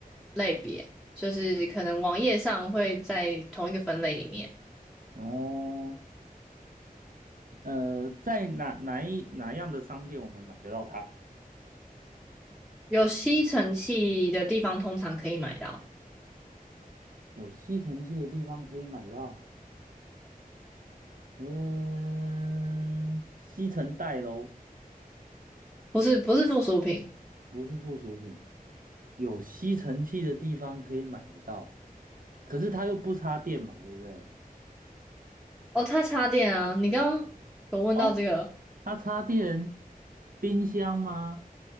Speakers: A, in the centre; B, on the right.
A: 类别，就是可能网页上会在同一个分类里面，
B: 哦，呃，在哪哪一哪样的商店我们买得到它？
A: 有吸尘器的地方通常可以买到，
B: 有吸尘器的地方可以买到。嗯，吸尘袋喽，
A: 不是不是附属品
B: 不是附属品。有吸尘器的地方可以买得到，可是它又不插电嘛，对不对？
A: 哦，它插电啊，你刚刚有问到这个，
B: 哦，它插电，冰箱吗？